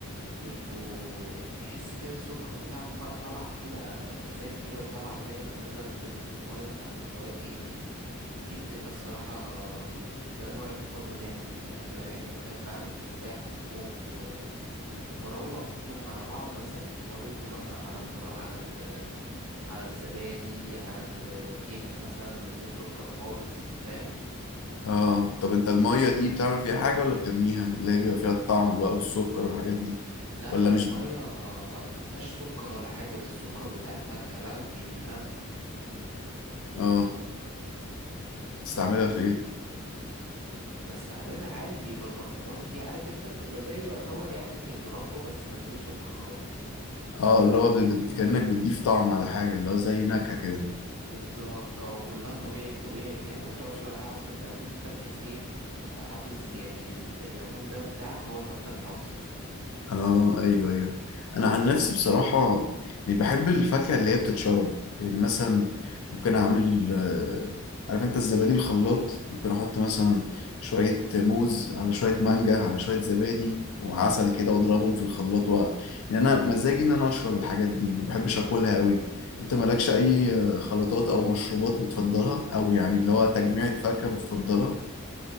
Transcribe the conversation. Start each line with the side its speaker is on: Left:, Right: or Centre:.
Right: ويبقوا ال- تحس كده السكر بتاعهم بقى طالع كده زاد كده وطالع فاهم نزل في ال- في المية بتاعت الفواكه دي دي بتبقى الصراحة رهيبة ده نوعي المفضل يعني من الفاكهة اللي بحبه بحب أعمل تفاح وخوخ و- وفراولة وأحطهم على بعض مثلا وأضيفهم مثلا على المرا على ال... على الزبادي على الكيكة مثلا من غير سكر خالص فاهم
Left: اه طب انت الميه دي بتعمل فيها حاجه ولا بترميها اللي هي بيبقى فيها الطعم بقى والسكر والحاجات دي
Right: لا
Left: ولا
Right: لا
Left: مش
Right: المية ما ما فيهاش سكر ولا حاجة ده السكر بتاع الفاكهة لا ومش بيترمى
Left: اه تستعملها في ايه
Right: بستعملها عادي بيبقى البرطمان فيه عارف انت بتبقى زي يعتبر يعني مربى بس من غير سكر خالص
Left: اه اللي هو بت... بت- كانك بتضيف طعم على حاجه اللي هو زي نكهه كده
Right: بالظبط اه وكلها طبيعي في طبيعي فاهم وبتعصر عليها عصرة ليمون كده بحيث ايه تحافظ يعني ال- الليمون ده بتاعك هو المادة الحافظة
Left: اه ايوه ايوه انا عن نفسي بصراحه يعني بحب الفاكهه اللي هي بتتشرب يعني مثلا ممكن اعمل آه، عارف انت الزبادي الخلاط ممكن احط مثلا شويه موز على شويه مانجا على شويه زبادي وعسل كده واضربهم في الخلاط و... يعني انا مزاجي ان انا اشرب الحاجات دي ما بحبش اكلها قوي انت مالكش اي آه، خلطات او مشروبات بتفضلها او يعني اللي هو تجميعة فاكهه بتفضلها